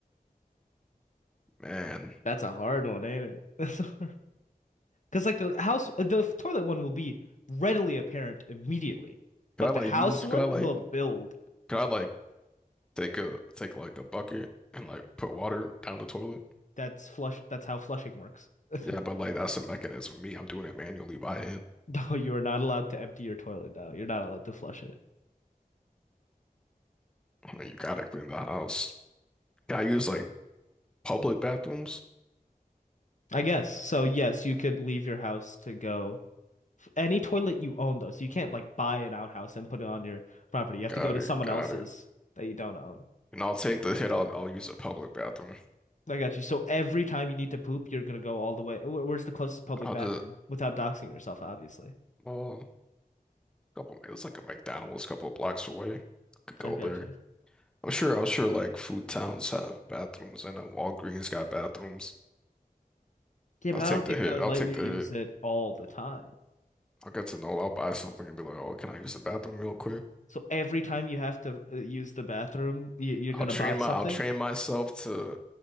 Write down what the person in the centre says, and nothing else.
Man.
Could
I like
use
could I like
could I like take a take like a bucket and like put water down the toilet?
Yeah, but like that's a mechanism. Me, I'm doing it manually by hand.
I mean you gotta clean the house. Can I use like public bathrooms?
Got
it,
got
it.
And I'll take the hit, I'll I'll use a public bathroom.
I'll
just
well, a couple minutes like a McDonald's a couple blocks away. Could go
there.
I'm sure, I'm sure like food towns have bathrooms and then Walgreens got bathrooms.
I'll
take
the
hit.
I'll
take
the hit.
I'll get to know. I'll buy something and be like, oh, can I use the bathroom real quick?
I'll train
my, I'll train myself to